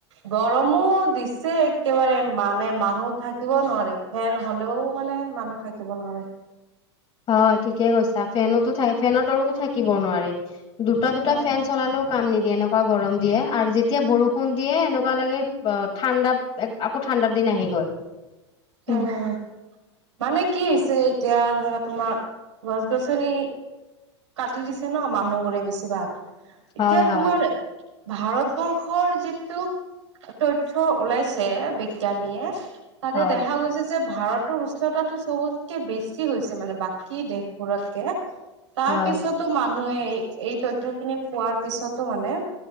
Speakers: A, on the right; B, on the left.
A: গৰমো দিছে একেবাৰে মানে মানুহ থাকিব নোৱাৰে, ফেন হলেও মানে মানুহ থাকিব নোৱাৰে।
B: হয়, ঠিকে কৈছা। ফেনতো থাক, ফেনৰ তলতো থাকিব নোৱাৰে। দুটা, দুটা
A: উম
B: ফেন চলালেও কাম নিদ এনেকুৱা গৰম দিয়ে আৰু যেতিয়া বৰষুণ দিয়ে এনেকুৱা লাগে ব, ঠাণ্ডা এক, আকৌ ঠাণ্ডাৰ দিন আহি গ'ল। উম,
A: অঁ, অঁ মানে কি হৈছে এতিয়া ধৰা তোমাৰ গছ-গছনি কাটি দিছে ন' মানুহবোৰে বেছিভাগ এতিয়া
B: হয় হয়
A: তোমাৰ ভাৰতবৰ্ষৰ যিটো তথ্য ওলাইছে, বিজ্ঞানীয়ে
B: হয়
A: দেখা গৈছে যে ভাৰতৰ উষ্ণতাটো চবত কে বেছি হৈছে মানে, বাকী দেশবোৰতকে তাৰ
B: হয়
A: পিছতো মান মানুহে এ এই তথ্য খিনি পোৱাৰ পিছতো মানে,